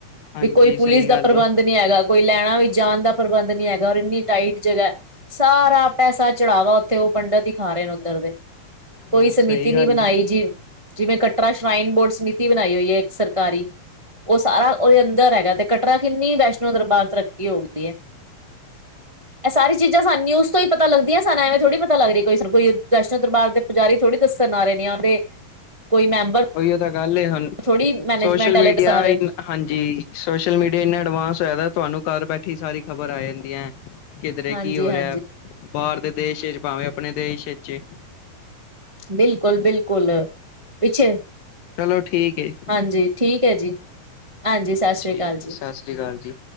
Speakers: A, on the left; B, on the right.
A: ਹਾਂਜੀ
B: ਵੀ ਕੋਈ
A: ਸਹੀ
B: ਪੁਲਿਸ ਦਾ
A: ਗੱਲ
B: ਪ੍ਰਬੰਧ
A: ਏ।
B: ਨਹੀਂ ਹੈਗਾ ਕੋਈ ਲੈਣਾ ਵੀ ਜਾਣ ਦਾ ਪ੍ਰਬੰਧ ਨਹੀਂ ਹੈਗਾ, ਔਰ ਇੰਨੀ ਟਾਈਟ ਜਗ੍ਹਾ ਸਾਰਾ ਪੈਸਾ ਚੜਾਵਾ, ਉੱਥੇ ਉਹ ਪੰਡਿਤ ਹੀ ਖਾ ਰਹੇ ਨੇ ਉੱਧਰ ਦੇ ਕੋਈ
A: ਹਾਂ
B: ਸਮਿਤੀ
A: ਸਹੀ
B: ਨੀ
A: ਗੱਲ
B: ਬਣਾਈ
A: ਏ
B: ਜੀ, ਜਿਵੇਂ ਕੱਟਰਾ ਸ਼ਰਾਈਨ ਬੋਰਡ ਸਮਿਤੀ ਬਣਾਈ ਹੋਈ ਹੈ, ਇੱਕ ਸਰਕਾਰੀ ਉਹ ਸਾਰਾ ਉਹਦੇ ਅੰਦਰ ਹੈਗਾ ਤੇ ਕਟਰਾ ਕਿੰਨੀ ਵੈਸ਼ਨੋ ਦਰਬਾਰ ਤਰੱਕੀ ਹੋ ਗਈ ਹੈ ਇਹ ਸਾਰੀ ਚੀਜ਼ਾਂ ਸਾਨ ਨਯੂਸ ਕੋਈ ਪਤਾ ਲੱਗਦੀ ਹੈ, ਸਨ ਐਵੇ ਥੋੜੀ ਪਤਾ ਲੱਗਰੀ ਕੋਈ ਕੋਈ ਵੈਸ਼ਨੋ ਦਰਬਾਰ ਦੇ ਪੁਜਾਰੀ ਥੋੜੀ ਦੱਸਣ ਆ ਰਹੇ ਨੇ, ਉਹ ਦੇ ਕੋਈ ਮੈਂਬਰ
A: ਉਹੀਓ ਤਾਂ ਗੱਲ ਏ ਹੁਣ,
B: ਥੋੜ੍ਹੀ ਮੈਨੇਜਮੈਂਟ
A: ਸੋਸ਼ਲ
B: ਵਾਲੇ
A: ਮੀਡੀਆ
B: ਦੱਸਣ ਆ ਰਹੇ ਨੇ
A: ਹਾਂਜੀ, ਸੋਸ਼ਲ ਮੀਡੀਆ ਇੰਨਾ ਐਡਵਾਂਸ ਹੋਇਆ, ਤੁਹਾਨੂੰ ਘਰ ਬੈਠੀ ਸਾਰੀ ਖ਼ਬਰ ਆ ਜਾਂਦੀਆਂ ਹੈ। ਕਿਧਰੇ
B: ਹਾਂਜੀ
A: ਕੀ ਹੋ
B: ਹਾਂਜੀ
A: ਰਿਹਾ, ਬਾਹਰ ਦੇ ਦੇਸ਼ ਵਿਚ ਪਾਵੇਂ ਆਪਣੇ ਦੇਸ਼ ਚ ਏ
B: ਬਿਲਕੁਲ-ਬਿਲਕੁਲ ਪਿੱਛੇ
A: ਚਲੋ ਠੀਕ ਏ
B: ਹਾਂਜੀ, ਠੀਕ ਹੈ ਜੀ ਹਾਂਜੀ ਸਤਿ ਸ੍ਰੀ
A: ਠੀਕ
B: ਅਕਾਲ ਜੀ।
A: ਸਤਿ ਸ਼੍ਰੀ ਅਕਾਲ ਜੀ